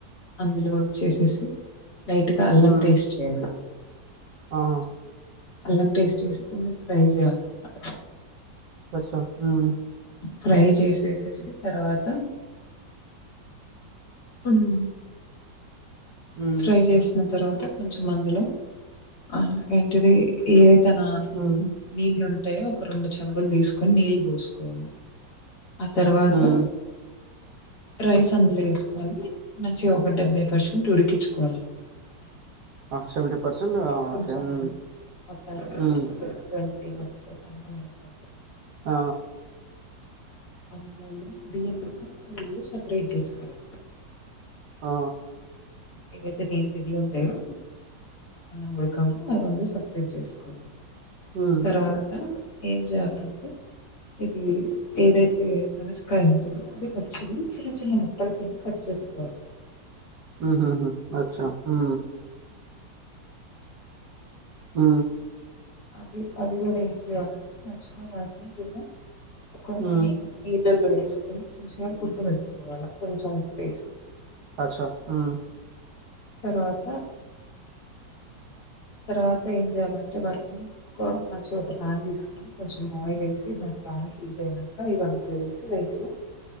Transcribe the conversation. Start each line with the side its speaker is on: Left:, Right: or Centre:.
Left: అందులో వచ్చేసేసేసి లైట్గా అల్లం
Right: హ్మ్.
Left: పేస్ట్ వేయండి
Right: ఆహా
Left: అల్లం పేస్ట్ వేసి కొంచెం ఫ్రై జేయాలనమాట
Right: అచ్చా హ్మ్.
Left: ఫ్రై చేసేసేసి తర్వాత హ్మ్
Right: హ్మ్.
Left: ఫ్రై చేసిన తర్వాత కొంచెం అందులో ఆ ఏంటిది ఏ తన
Right: హ్మ్.
Left: నీళ్ళు ఉంటాయ్ ఒక రెండు చంబులు తీసుకొని నీళ్ళు బోసుకోవాలి ఆ తర్వాత
Right: హ్మ్.
Left: రైస్ అందులో వేసుకొని మంచి ఒక డెబ్బై పర్సెంట్ ఉడికించుకోవాలి
Right: ఆ! ఆ!
Left: కొంచెం
Right: ఓకే. హ్మ్.
Left: మొత్తనికి
Right: హ్మ్.
Left: ఉడికిపోయింది ఈ ముంచి అన్నం అయిందంట
Right: ఆ
Left: అన్నము బియ్యము నీళ్లు సెపరేట్ చేసుకోవాలి
Right: ఆ
Left: ఏవైతే నీళ్ళు మిగిలి ఉంటాయో అన్న ముడకంగా ఆ రెండు సపరేట్ జేసుకోవాలి
Right: హ్మ్.
Left: తర్వాత ఏం చేయాలంటే ఇది ఏదైతే పనసకాయ ఉంటందో అది పచ్చిది చిన్న చిన్న ముక్కలు కింద కట్ చే సుకోవాలి
Right: ఆహాహ అచ్చా ఆ ఆ
Left: అవి అవి కూడా ఏం చేయాలంటే మంచిగా వాటికి గూడా ఒక
Right: హ్మ్.
Left: నీళ్ళు నీల్ నీళ్లల్లో ఎసుకొని మంచిగా ఉడకబెట్టుకోవాలి కొంచెం ఉప్పు ఏసి
Right: అచ్చా మ్మ్
Left: తర్వాత తర్వాత ఏం చేయాలంటే వాటిని కువ మంచి గా ఒక ప్యాన్ తీసుకొని కొంచెం ఆయిల్ వేసి దాన్ని బా హీట్ అయినాక ఇవి అందులో వేసి లైట్గా